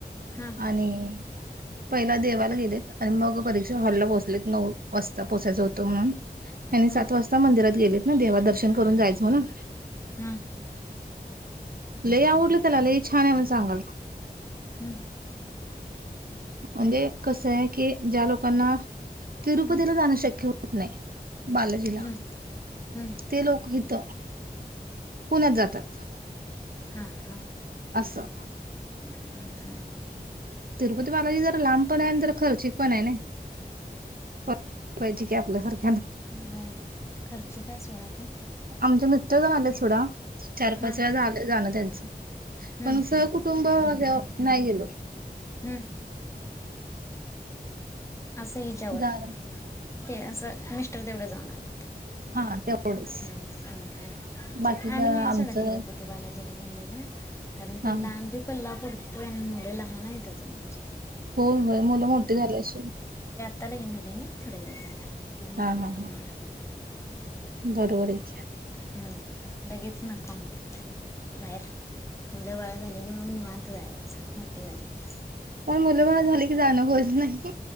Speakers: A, on the left; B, on the right.
A: हं.
B: आणि पहिला देवायला गेलेत आणि मग परीक्षा हॉलला पोहचलेत नऊ वाजता पोचायच होत तो म्हणुन आणि
A: हां
B: सात वाजता मंदिरात गेलेत ना देवा दर्शन करून जायच म्हणून
A: हां
B: लय आवडलं त्याला लय छान आहे म्हण सांगालय
A: हं
B: म्हणजे कस ये की ज्या लोकांना तिरुपतीला
A: हं.
B: जाणं शक्य हो होतं नाय. बालाजीला
A: हं. हं.
B: ते लोक हित पुण्यात जातात
A: हा हा
B: असं
A: <inaudible>
B: तिरुपती बालाजी जर लांब पण आहे तर खर्चिक पण आहे नाय <unintelligible> आपल्याला सारख
A: व्हय खर्चिक हाय सोडा
B: आमचे मिस्टर आलेत सोडा चार
A: हां
B: पाच वेळा झाल जाणं त्यांचं
A: हं,
B: पण सहकुटुंब हे नाय गेलो
A: हं. <unintelligible> असं ह्याच्यावर
B: जाणं
A: ते असं मिस्टर तेवढ जाऊन आले.
B: हा तेवढंच
A: हूं हूं हूं
B: बाकी
A: आम्ही
B: का
A: नाही
B: आमचं
A: सोडा तिरुपती बालाजी त्याला गेलेला कारण ते
B: हा
A: लांब ये पल्ला परत ट्रेन मुळं मुलं लहान आहेत. अजून आमचे
B: होय होय मुलं मोठी झाल्याशिवाय
A: <unintelligible> त्याला घेऊन थोड्या दिवस जाऊद्या त्यामुळे
B: हा
A: हे
B: हा
A: पण
B: हा
A: नाय
B: बरोबर हाय की
A: हं लगेच नका म्हणत्यात बाहेर मुलं बाळ झाली की मग निवांत जायचं मोठी झाली की
B: पण मुल बाळ झाल की होत नाही